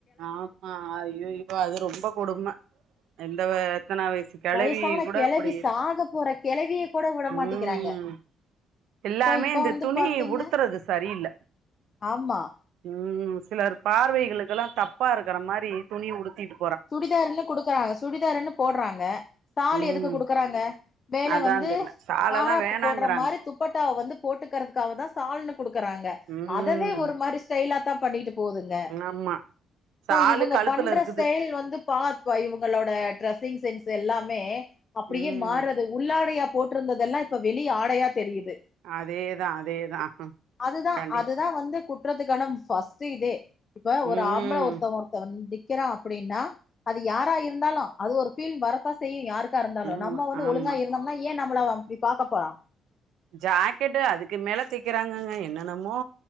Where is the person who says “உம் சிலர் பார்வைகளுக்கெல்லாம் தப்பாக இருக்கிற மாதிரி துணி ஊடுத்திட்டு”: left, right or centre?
Right